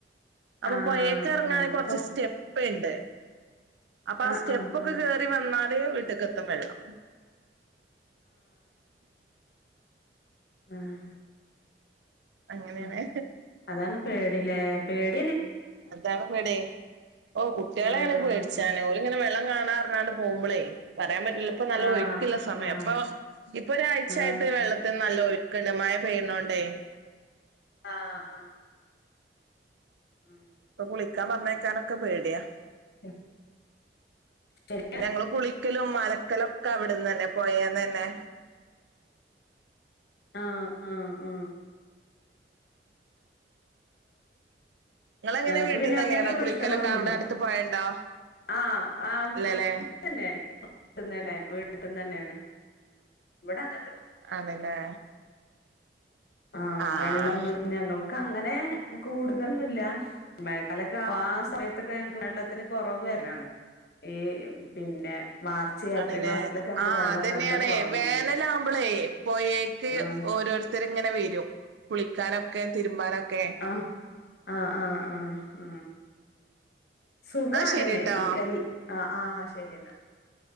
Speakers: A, on the right; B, on the left.
A: അപ്പൊ
B: ആഹ്
A: പൊഴേക്ക് ഇറങ്ങാണെ
B: ആഹ്
A: കൊറച്ച്
B: അപ്പൊ
A: സ്റ്റെ്പ്പ് ഇപ്പോ ഇണ്ട് അപ്പൊ ആ
B: ആഹ്
A: സ്റ്റെപ്പ്
B: ആഹ്
A: ഒക്കെ
B: ആഹ്
A: കേറി വന്നാൽ വേഗം വീട്ടകത്തും വെള്ളം
B: മൂഹ്
A: അങ്ങനെയാണ്
B: ആ അതാണ് പേടിലേ പേടി
A: അതാണ് പേടി ഓ കുട്ടികളേണ്
B: ആഹ്
A: പേടിച്ചാന ഓള് ഇങ്ങനെ വെള്ളം കാ നടന്ന് നടന്ന് പോകുമ്പോളേ വരലിനെ ഈപ്പോ നല്ല
B: ആഹ്
A: ഒഴിക്കിള്ള സമയം
B: ആഹ്
A: അപ്പൊ ഇപ്പൊ ഒരാഴ്ചയായിട്ട്
B: ആഹ്
A: വെള്ളത്തിന് നല്ല ഒഴു കെണമായ പെയ്യുന്നോണ്ടേ
B: ആ ആ ആ ആ
A: അപ്പൊ കുളിക്കാൻ പറഞ്ഞേക്കാനൊക്കെ പേടിയാ
B: <unintelligible> ശരി
A: ഞങ്ങള് കുളിക്കലും മലക്കലും ഒക്കെ അവിടന്നന്നെ പൊയേന്നന്നെ
B: ആ ആ ആ
A: നിങ്ങളെങ്ങനെ
B: ഞങ്ങൾക്ക്
A: വീട്ടിൽന്ന്
B: പിന്നെ
A: തന്നെയാണോ
B: അങ്ങനത്തെ പ്രശ്നങ്ങളൊന്നുമില്ല
A: കുളിക്കലൊക്കെ അവിടെ അടുത്ത് പൊഴണ്ടോ
B: ആ ആ
A: ഇല്ലല്ലേ
B: തന്നെ വീട്ടിന്ന് വീട്ടി തന്നെന്നേ ആണ് ഇവിടെ അങ്ങ
A: ആണല്ലേ
B: ആ
A: ആഹ്
B: വെള്ളം ഞങ്ങൾ ക്കങ്ങനെ കൂടുതലൊന്നുല്ല മയക്കാലൊക്കെ ആ സമയത്തൊക്കെ ഞങ്ങക്ക് വെള്ളത്തിന് കുറവ് വരലാണ് ഈ പിന്നെ മാർച്ച് ഏപ്രിൽ
A: ആണല്ലേ
B: മാസത്തിലൊക്കെ ഞങ്ങക്ക്
A: ആ
B: വെള്ളം
A: അതന്നെയാണേ
B: നല്ലം കൊറഞ്ഞ്
A: വേനലാവുമ്പളേ
B: വരും
A: പൊയേക്ക്
B: ആഹ്
A: ഓരോരുത്തർ ഇങ്ങനെ വരും കുളിക്കാനൊക്കെ തിരുമ്പാനൊക്കെ
B: ആ ആ ആ ആ ആ സുഖാണ്
A: എന്നാ ശരിട്ടോ
B: <unintelligible> ആ ആ ശരി എന്നാ